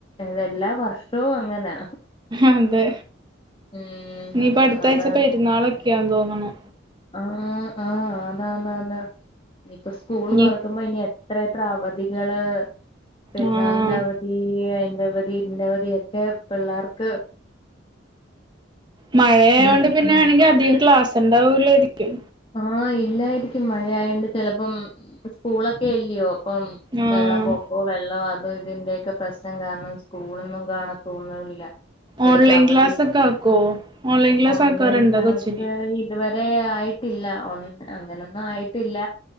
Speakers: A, on the left; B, on the right.
A: അതെല്ലാ വർഷവും അങ്ങനാ
B: അതെ
A: ഉം
B: ഇനിപ്പ അടുത്താഴ്ച
A: ആന്നാന്ന്
B: പെരുന്നാളൊക്കെയാന്ന് തോന്നണു
A: ആഹ് ആഹ് ആന്നാന്നാന്ന് ഇനിപ്പ സ്കൂള്
B: ഇനി
A: തുറക്കുമ്പോ ഇനി എത്ര എത്ര അവധികള് പെരുന്നാളിന്
B: ആഹ്
A: അവ ധി അയിന്റവധി ഇതിന്റെ അവധി ഒക്കെ പിള്ളാർക്ക്
B: മഴ ആയോണ്ട്
A: ഇല്ലേ
B: പിന്നെ ആണെങ്കി അധികം ക്ലാസ് ഉണ്ടാവൂലാരിക്കും
A: ആ ഇല്ലായിരിക്കും മഴ ആയണ്ട് ചെലപ്പം സ്കൂളൊക്കെ അല്ലിയോ ഇപ്പം
B: ആഹ്
A: വെള്ളപൊ ക്കൊ വെള്ളോ അതും ഇതിന്റെയൊക്കെ പ്രശ്നം കാരണം സ്കൂളൊന്നും കാണാതോന്നൂ ഇല്ല. എടക്ക്
B: ഓൺലൈൻ
A: അവധി
B: ക്ലാസ് ഒക്കെ ആക്കോ ഓൺലൈൻ ക്ലാസ്
A: ഓൺലൈൻ
B: ആക്കാറുണ്ടോ
A: ക്ലാസ്
B: കൊച്ചിന്
A: ഇതുവരെ ആയിട്ടില്ല ഓ അങ്ങനൊന്നും ആയിട്ടില്ല